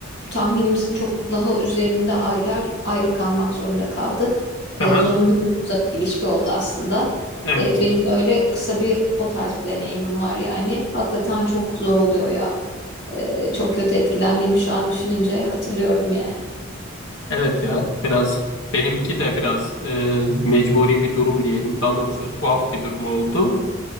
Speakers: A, on the left (about 60°); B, on the left (about 80°).
A: tahminimizin çok daha üzerinde aylar ayrı kalmak zorunda kaldık.
B: aha.
A: E, zorunlu bir uzak ilişki oldu aslında.
B: Evet.
A: E, benim de öyle kısa bir o tarz bir deneyimim var yani. Hakikaten çok zor oluyor ya. Ee, çok kötü etkilendiğimi şu an düşününce hatırlıyorum yani.
B: Evet ya biraz benimki de biraz eee, mecburi bir durum diyelim. Daha doğrusu tuhaf bir durum oldu.